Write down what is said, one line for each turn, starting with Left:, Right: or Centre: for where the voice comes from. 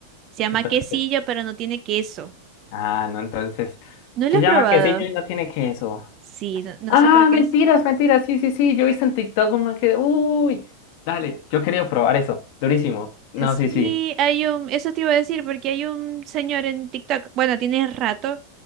Right: Se llama
Left: entonces,
Right: quesillo, pero no tiene queso.
Left: ah, no, entonces,
Right: ¿No lo
Left: se
Right: has
Left: llama
Right: probado?
Left: quesillo y no tiene queso.
Right: Sí, no, no
Left: Ah,
Right: sé por qué.
Left: mentiras, mentiras. Sí, sí, sí. Yo hice en TikTok un man que. Uy, dale, yo quería probar eso. Durísimo. No,
Right: Sí,
Left: sí, sí.
Right: hay un, eso te iba a decir, porque hay un señor en TikTok, bueno, tiene rato